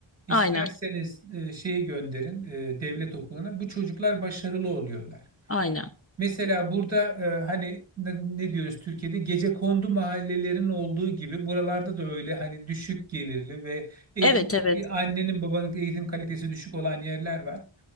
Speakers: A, on the right; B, on the left.
A: isterseniz
B: Aynen,
A: e, şeyi gönderin e, devlet okuluna. Bu çocuklar başarılı oluyorlar.
B: aynen.
A: Mesela burada e, hani ne ne diyoruz Türkiye'de gecekondu mahallelerin olduğu gibi buralarda da öyle hani düşük gelirli ve eğitim
B: Evet, evet,
A: annenin babanın eğitim kalitesi düşük olan yerler var.